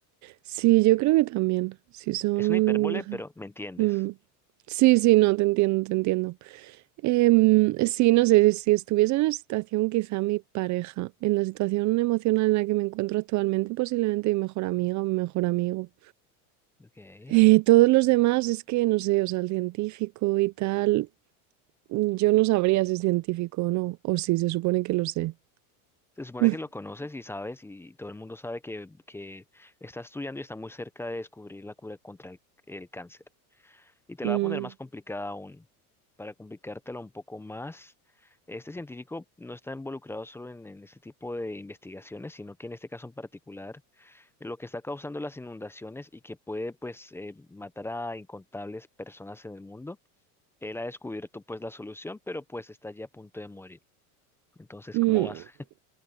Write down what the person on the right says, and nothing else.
Sí, yo creo que también. Si son...
Mm. Sí, sí, no, te entiendo, te entiendo. Em, sí, no sé, si estuviese en la situación, quizá mi pareja, en la situación emocional en la que me encuentro actualmente, posiblemente mi mejor amiga o mi mejor amigo.
Eh, todos los demás es que no sé, o sea, el científico y tal, mm, yo no sabría si es científico o no, o si se supone que lo sé.
<laughs>
Mm,
mm.